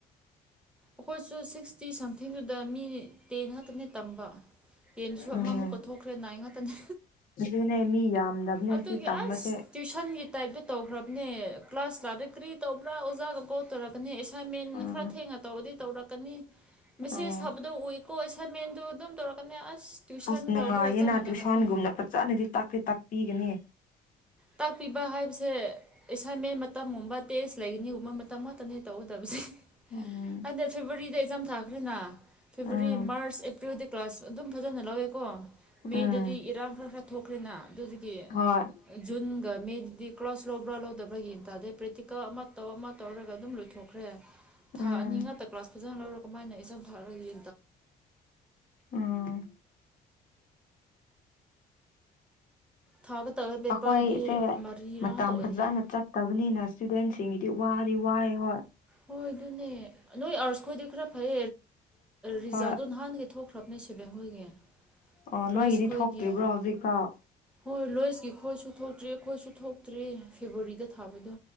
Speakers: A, in the centre; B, on the left.
A: ꯑꯩꯈꯣꯏꯁꯨ ꯁꯤꯛꯁꯇꯤ ꯁꯝꯊꯤꯡꯗꯨꯗ ꯃꯤ ꯇꯦꯟ ꯉꯥꯛꯇꯅꯦ ꯇꯝꯕ ꯌꯦꯟꯗꯨꯁꯨ ꯑꯃꯃꯨꯛ
B: ꯎꯝ
A: ꯀꯠꯊꯣꯛꯈ꯭ꯔꯦ ꯅꯥꯏ ꯉꯥꯛꯇꯅꯤ
B: ꯑꯗꯨꯅꯦ ꯃꯤ ꯌꯥꯝꯗꯕꯅꯦ
A: ꯑꯗꯨꯒꯤ
B: ꯁꯤ ꯇꯝꯕꯁꯦ
A: ꯑꯁ ꯇ꯭ꯋꯁꯟꯒꯤ ꯇꯥꯏꯞꯇ ꯇꯧꯈ꯭ꯔꯕꯅꯦ ꯀ꯭ꯂꯥꯁ ꯂꯥꯗ ꯀꯔꯤ ꯇꯧꯕ ꯄꯨꯔꯥ ꯑꯣꯖꯥꯒ ꯀꯣ ꯇꯧꯔꯛꯀꯅꯤ ꯑꯦꯁꯥꯏꯟꯃꯦꯟ
B: ꯎꯝ
A: ꯈꯔ ꯊꯦꯡꯅ ꯇꯧꯕꯔꯗꯤ ꯇꯧꯔꯛꯀꯅꯤ ꯃꯦꯁꯦꯁ
B: ꯑꯣ
A: ꯊꯕꯗꯣ ꯎꯏꯀꯣ ꯑꯦꯁꯥꯏꯟꯃꯦꯟꯗꯨ ꯑꯗꯨꯝ ꯇꯧꯔꯛꯀꯅꯤ ꯑꯁ ꯇ꯭ꯋꯏꯁꯟ
B: ꯑꯁ ꯅꯨꯡꯉꯥꯏꯌꯦꯅ
A: ꯂꯧꯕꯒ ꯆꯞ ꯃꯥꯟꯅꯈ꯭ꯔꯕꯅꯤ
B: ꯇ꯭ꯨꯁꯥꯟꯒꯨꯝꯅ ꯐꯖꯅꯗꯤ ꯇꯥꯛꯄꯤ ꯇꯥꯛꯄꯤꯒꯅꯤ
A: ꯇꯥꯛꯄꯤꯕ ꯍꯥꯏꯕꯁꯦ ꯑꯦꯁꯥꯏꯟꯃꯦꯟ ꯃꯇꯝꯒꯨꯝꯕ ꯇꯦꯁ ꯂꯩꯒꯅꯤꯒꯨꯝꯕ ꯃꯇꯝ ꯉꯥꯛꯇꯅꯦ ꯇꯧꯒꯗꯕꯁꯦ
B: ꯎꯝ
A: ꯑꯗ ꯐꯦꯕꯋꯥꯔꯤꯗ ꯑꯦꯛꯖꯥꯝ ꯊꯥꯈ꯭ꯔꯦꯅ ꯐꯦꯕꯋꯥꯔꯤ
B: ꯎꯝ
A: ꯃꯥꯔꯆ ꯑꯦꯄ꯭ꯔꯤꯜꯗꯤ ꯀ꯭ꯂꯥꯁ ꯑꯗꯨꯝ ꯐꯖꯅ ꯂꯧꯋꯦꯀꯣ ꯃꯦꯗꯗꯤ
B: ꯎꯝ
A: ꯏꯔꯥꯡ ꯈꯔ ꯈꯔ ꯊꯣꯛꯈ꯭ꯔꯦ ꯑꯗꯨꯅ ꯑꯗꯨꯗꯒꯤ
B: ꯍꯣꯏ
A: ꯖꯨꯟꯒ ꯃꯦꯗꯨꯗꯤ ꯀ꯭ꯂꯥꯁ ꯂꯧꯕ꯭ꯔꯥ ꯂꯧꯗꯕ꯭ꯔꯥꯒꯤꯟ ꯇꯥꯗꯩ ꯄ꯭ꯔꯦꯛꯇꯤꯀꯜ ꯑꯃ ꯇꯧ ꯑꯃ ꯇꯧꯔꯒ ꯑꯗꯨꯝ ꯂꯣꯏꯊꯣꯛꯦ ꯈ꯭ꯔꯦ ꯊꯥ
B: ꯎꯝ
A: ꯑꯅꯤ ꯉꯥꯛꯇ ꯀ꯭ꯂꯥꯁ ꯐꯖꯅ ꯂꯧꯔ ꯀꯃꯥꯏꯅ ꯏꯆꯝ ꯊꯥꯔꯒꯦ
B: ꯎꯝ
A: ꯊꯥꯒꯗꯕ ꯄꯦꯄꯔꯗꯤ
B: ꯑꯩꯈꯣꯏꯁꯦ
A: ꯃꯔꯤꯔꯥ
B: ꯃꯇꯝ
A: ꯉꯥꯛꯇ ꯑꯣꯏꯅꯤ
B: ꯐꯖꯅ ꯆꯠꯇꯕꯅꯤꯅ ꯏꯁꯇꯨꯗꯦꯟꯁꯤꯡꯒꯤꯗꯤ ꯋꯥ ꯋꯥꯏ ꯍꯣꯏ
A: ꯍꯣꯏ ꯑꯗꯨꯅꯦ ꯅꯣꯏ ꯑꯥꯔꯁ ꯈꯣꯏꯗꯤ ꯈꯔ ꯐꯩ ꯔꯤꯖꯥꯗꯣ
B: ꯍꯣꯏ
A: ꯅꯍꯥꯟꯒꯤ ꯊꯣꯛꯈ꯭ꯔꯕꯅꯦ ꯁ ꯕꯦꯡꯒꯣꯏꯜꯒꯤ
B: ꯑꯣ
A: ꯂꯣꯏꯁ
B: ꯅꯣꯏꯒꯤꯗꯤ
A: ꯈꯣꯏꯒꯤ
B: ꯊꯣꯛꯇ꯭ꯔꯤꯕ꯭ꯔꯣ ꯍꯧꯖꯤꯛꯐꯥꯎ
A: ꯍꯣꯏꯣꯏ ꯂꯣꯏꯁꯀꯤ ꯈꯣꯏꯁꯨ ꯊꯣꯛꯇ꯭ꯔꯤ ꯈꯣꯏꯁꯨ ꯇꯔꯦ ꯐꯦꯕꯋꯥꯔꯤꯗ ꯊꯥꯕꯗꯣ